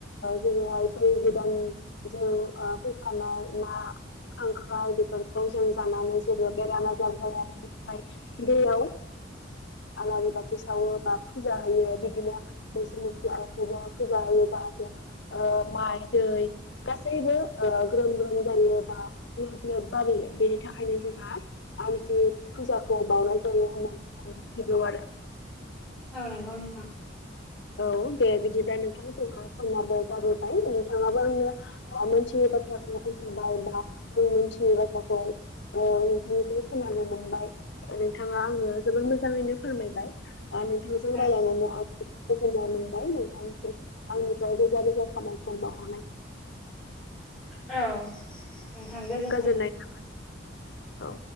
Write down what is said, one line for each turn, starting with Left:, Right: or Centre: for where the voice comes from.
Left: जेरैहाय दै गोदान जों फैफानाय ना खांख्राय बेफोरखौ जों जानानै जेबो बेराम आजार जायनिफ्राय दैयाव आलारि बाथि सावो बा फुजा होयो बिदिनो बिखौबो फुजा होयो जाहाथे माइ दै गासैबो ग्रोम ग्रोम जायो बा लोब लोब बारयो बेनि थाखायनो जोंहा आरदि फुजाखौ बाव मोनथिगौ आरो
Centre: औ नंगौ नोंथां
Left: औ दे बिदिब्ला नोंथां जोंहा समाबो जाबोबाय नोंथाङाबो आंनो मोनसे खोनथाबाय बा मोनथिनाय बाथ्राखौ नोंथांनिफ्राय खोनानो मोनबाय। नोंथाङा आंनो जोबोर मोजाङैनो फोरमायबाय नोंथांजों
Centre: औ
Left: रायज्लायनानै आं ओ गोजोननाय मोनबाय नोंथांसिम आंनिफ्राय रोजा रोजा साबायखर बावहरनाय
Centre: औ नोंथां गोजोन्थों
Left: गोजोननाय थाबाय। औ